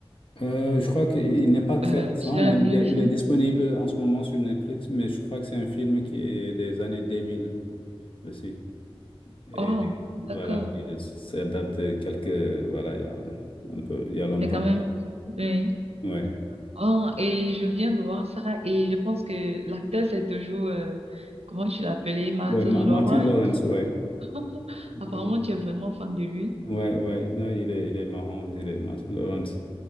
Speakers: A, on the left (about 60°); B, on the right (about 85°).
A: Euh, je crois qu'il n'est pas très
B: euh,
A: récent,
B: c'est un
A: mais il
B: vieux
A: est,
B: film?
A: il est disponible en ce moment sur Netflix, mais je crois que c'est un film qui est des années 2000 aussi. Et
B: Oh, d'accord.
A: voilà, et ça date de quelques, voilà, il y a un peu, il y a longtemps.
B: C'est quand même... Oui.
A: Ouais.
B: Oh, et je viens de voir ça et je pense que l'acteur, c'est toujours... euh, comment tu l'appelais? Martin
A: Ouais, Ma-
B: Lawrence?
A: Martin Lawrence, ouais.
B: <laughs>
A: Il
B: Apparemment,
A: est-
B: tu es vraiment fan de lui.
A: ouais, ouais, non, il est, il est marrant, il est Martin Lawrence.